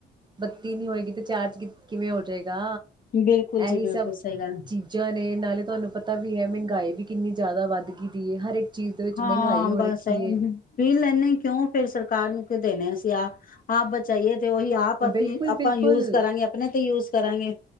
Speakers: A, on the right (about 20°); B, on the left (about 45°).
A: ਬੱਤੀ ਨੀ ਹੋਏਗੀ ਤੇ ਚਾਰਜ ਕਿਵੇਂ ਹੋ ਜਾਏਗਾ
B: ਬਿਲਕੁਲ ਜੀ
A: ਇਹੀ
B: ਬਿਲਕੁਲ
A: ਸਭ
B: ਸਹੀ ਗੱਲ।
A: ਚੀਜ਼ਾਂ ਨੇ ਨਾਲੇ ਤੁਹਾਨੂੰ ਪਤਾ ਵੀ ਹੈ, ਮਹਿੰਗਾਈ ਵੀ ਕਿੰਨੀ ਜ਼ਿਆਦਾ ਵੱਧ ਗਈ ਹੈ, ਹਰ ਇੱਕ ਚੀਜ਼ ਦੇ ਵਿੱਚ
B: ਹਾਂ
A: ਮਹਿੰਗਾਈ ਹੋ
B: ਬਸ,
A: ਰੱਖੀ ਹੈ
B: ਬਿੱਲ ਏਨੇ ਕਿਉਂ ਫੇਰ ਸਰਕਾਰ ਨੂੰ ਦੇਣੇ ਸੀ ਐ <unintelligible> ਤੇ ਉਹੀ ਆਪ ਅਸੀ
A: ਬਿਲਕੁਲ
B: ਆਪਾਂ
A: ਬਿਲਕੁਲ
B: ਯੂਜ ਕਰਾਂਗੇ ਆਪਣੇ ਤੇ ਯੂਜ ਕਰਾਂਗੇ